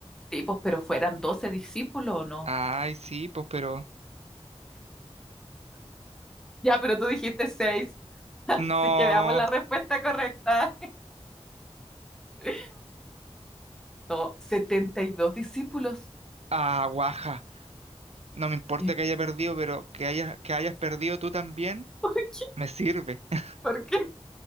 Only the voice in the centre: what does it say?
Sí, pues, pero fueran doce discípulos o no.
Ya, pero tú dijiste 6. <laughs> así
que veamos la respuesta correcta. <laughs> Do- 72 discípulos.
¿Y
por qué?
¿Por qué?